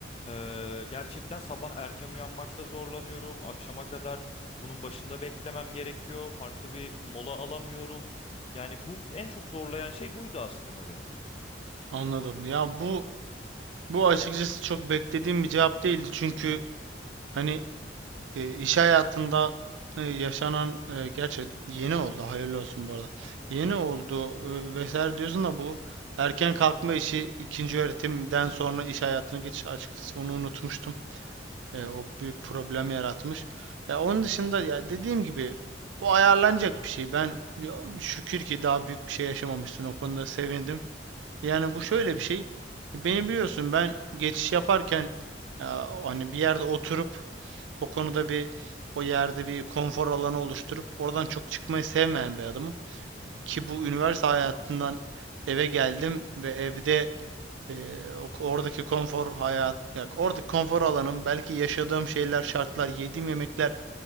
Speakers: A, on the left; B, on the right.
A: ee, gerçekten sabah erken uyanmakta zorlanıyorum. Akşama kadar bunun başında beklemem gerekiyor. Farklı bir mola alamıyorum. Yani bu en çok zorlayan şey buydu aslında beni.
B: Anladım. Ya bu bu açıkçası çok beklediğim bir cevap değildi. Çünkü hani e, iş hayatında e, yaşanan e, gerçi yeni oldu. Hayırlı olsun bu arada. Yeni oldu e, vesaire diyorsun da bu erken kalkma işi ikinci öğretimden sonra iş hayatına geçiş açıkçası onu unutmuştum. E, o bir problem yaratmış. Ya onun dışında ya dediğim gibi o ayarlanacak bir şey. Ben ya, şükür ki daha büyük bir şey yaşamamışsın. O konuda sevindim. Yani bu şöyle bir şey. Beni biliyorsun ben geçiş yaparken ya, hani bir yerde oturup o konuda bir o yerde bir konfor alanı oluşturup oradan çok çıkmayı sevmeyen bir adamım. Ki bu üniversite hayatından eve geldim ve evde ee, o- oradaki konfor hayat, ya oradaki konfor alanım, belki yaşadığım şeyler, şartlar, yediğim yemekler